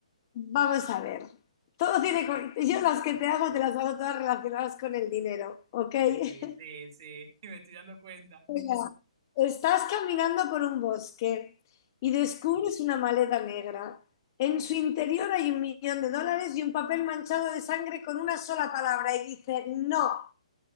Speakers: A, on the left; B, on the right.
A: vamos a ver. Todo tiene. co- Yo las que te hago, te las hago todas relacionadas con el dinero, ¿ok? <laughs>
B: sí, sí, sí, <laughs> me estoy dando cuenta.
A: Mira, estás caminando por un bosque y descubres una maleta negra. En su interior hay un millón de dólares y un papel manchado de sangre con una sola palabra y dice, no,